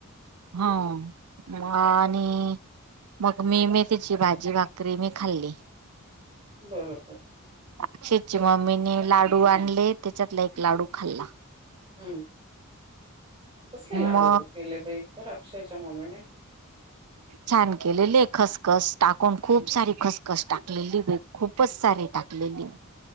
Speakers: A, on the right; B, on the right.
A: हा म आणि मग मेथीची भाजी भाकरी मी खाल्ली
B: बरोबर
A: अक्षय ची मम्मीने लाडू आणले त्याच्यातला एक लाडू खाल्ला
B: हं कसले लाडू
A: मग
B: केले बाई तर अक्षयच्या मम्मीने
A: छान केलेली आहे खसखस टाकून खूप सारी खसखस टाकलेली वे खूपच सारी टाकलेलीये.